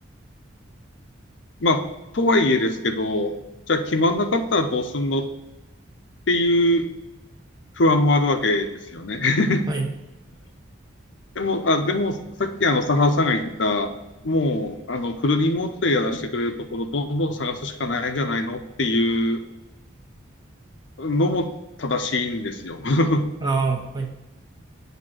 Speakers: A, on the left; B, on the right.
A: まあ、とはいえですけど、じゃあ決まんなかったらどうすんのっていう不安もあるわけですよね。<laughs>
B: はい。
A: でも、あ、でも、さっきあの、佐原さんが言った、もう、あの、フルリモートでやらせてくれるところ、どんどん探すしかないんじゃないのっていうのも正しいんですよ。<laughs>
B: ああ、はい。